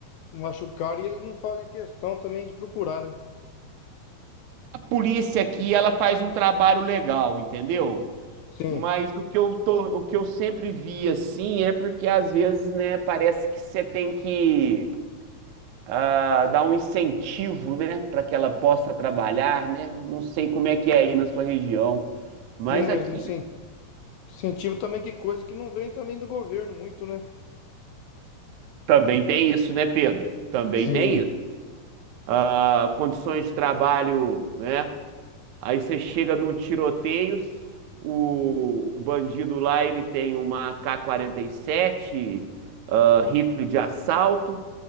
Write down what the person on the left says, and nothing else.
Machucaram e eles não fazem questão também de procurar, né?
Sim.
Sim, mas
incen- incentivo também que coisa que não vem também do governo muito, né?
Sim.